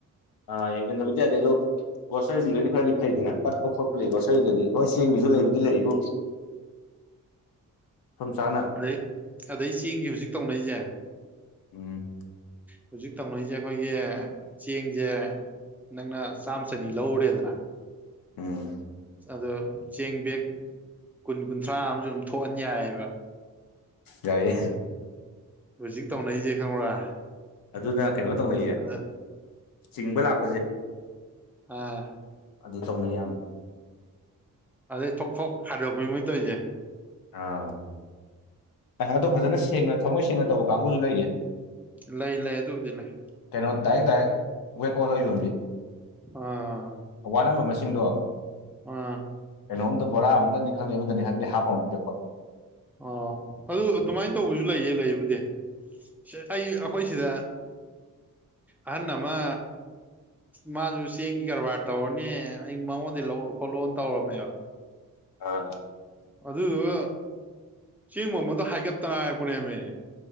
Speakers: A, on the left; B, in the centre.
A: ꯑꯥ ꯌꯦꯡꯖꯟꯗꯕꯨꯗꯤ ꯌꯥꯗꯦ ꯑꯗꯣ ꯒꯣꯁꯔꯤꯁꯤꯡꯗꯨꯗꯩꯗꯤ ꯈꯔꯗꯤ ꯐꯩꯗꯅ ꯄꯠꯄ ꯈꯣꯠꯄ ꯂꯩ ꯒꯣꯁꯔꯤꯗꯗꯤ
B: ꯎꯝ
A: ꯍꯣꯏ ꯆꯦꯡꯒꯤꯖꯨ ꯂꯩꯕꯨꯗꯤ ꯂꯩꯕꯨ ꯆꯥꯅ
B: ꯑꯗꯩ ꯑꯗꯩ ꯆꯦꯡꯒꯤ ꯍꯧꯖꯤꯛ ꯇꯧꯅꯩꯖꯦ
A: ꯎꯝ
B: ꯍꯧꯖꯤꯛ ꯇꯧꯅꯩꯖꯦ ꯑꯩꯈꯣꯏꯒꯤ ꯆꯦꯡꯖꯦ ꯅꯪꯅ ꯆꯥꯝ ꯆꯅꯤ ꯂꯧꯔꯨꯔꯦꯗꯅ
A: ꯎꯝ
B: ꯑꯗꯨ ꯆꯦꯡ ꯕꯦꯛ ꯀꯨꯟ ꯀꯨꯟꯊ꯭ꯔꯥ ꯑꯃꯖꯨ ꯑꯗꯨꯝ ꯊꯣꯛꯍꯟ ꯌꯥꯏꯕ
A: ꯌꯥꯏꯌꯦ
B: ꯍꯧꯖꯤꯛ ꯇꯧꯅꯩꯖꯦ ꯈꯪꯕ꯭ꯔꯥ
A: ꯑꯗꯨꯅ ꯀꯩꯅꯣ ꯇꯧꯅꯩꯌꯦ
B: ꯑꯗ
A: ꯆꯤꯡꯕ ꯂꯥꯛ
B: ꯑꯥ
A: ꯑꯗꯨ ꯇꯧꯅꯩ ꯌꯥꯝ
B: ꯑꯗꯩ ꯊꯣꯛ ꯊꯣꯛ ꯈꯥꯏꯗꯣꯛꯄꯤ ꯃꯣꯏ ꯇꯧꯏꯖꯦ
A: ꯑꯥ ꯑꯗꯣ ꯐꯖꯅ ꯁꯦꯡꯅ ꯊꯝꯃꯣꯏ ꯁꯦꯡꯅ ꯇꯧꯕ ꯀꯥꯡꯕꯨꯖꯨ ꯂꯩꯌꯦ
B: ꯂꯩ ꯂꯩ ꯑꯗꯨꯕꯨꯗꯤ ꯂꯩ
A: ꯀꯩꯅꯣ ꯗꯥꯏꯔꯦꯛ ꯗꯥꯥꯏꯔꯦꯛ ꯋꯦꯠ ꯑꯣꯜꯂ ꯌꯣꯟꯕꯤ
B: ꯑꯥ
A: ꯋꯥꯠꯂꯝꯕ ꯃꯁꯤꯡꯗꯣ
B: ꯑ
A: ꯀꯩꯅꯣꯝꯇ ꯕꯣꯔꯥ ꯑꯝꯇꯅꯤ ꯈꯪꯗꯦ ꯑꯃꯗꯅꯤ ꯈꯪꯗꯦ ꯍꯥꯞꯄ ꯑꯃꯨꯛ ꯄꯤꯔꯛꯄ
B: ꯑꯣ ꯑꯗꯨ ꯑꯗꯨꯃꯥꯏꯟ ꯇꯧꯕꯖꯨ ꯂꯩꯌꯦ ꯂꯩꯕꯨꯗꯤ ꯁꯦ ꯑꯩ ꯑꯩꯈꯣꯏ ꯁꯤꯗ ꯑꯍꯟ ꯑꯃ ꯃꯥꯖꯨ ꯆꯦꯡꯒꯤ ꯀꯔꯕꯥꯔ ꯇꯧꯔꯅꯤ ꯑꯩ ꯃꯉꯣꯟꯗꯩ ꯂꯧꯔꯣ ꯈꯣꯠꯂꯣꯅ ꯇꯧꯔꯝꯃꯦꯕ
A: ꯑꯥ
B: ꯑꯗꯨꯗꯨꯒ ꯆꯦꯡ ꯃꯃꯟꯗꯣ ꯍꯥꯏꯒꯠꯇꯅ ꯍꯥꯏꯔꯛꯄꯅꯦꯃꯦ